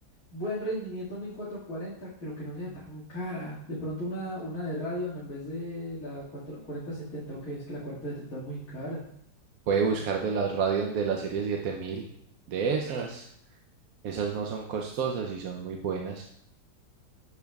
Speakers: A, on the left; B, on the right.
A: buen rendimiento 1440 pero que no sea tan cara. De pronto una, una de Radeon en vez de la cuatro- cuarenta setenta o qué, es que la cuarenta setenta es muy cara.
B: Puede buscar de las Radeon de la serie siete mil de Claro. esas. Esas no son costosas y son muy buenas.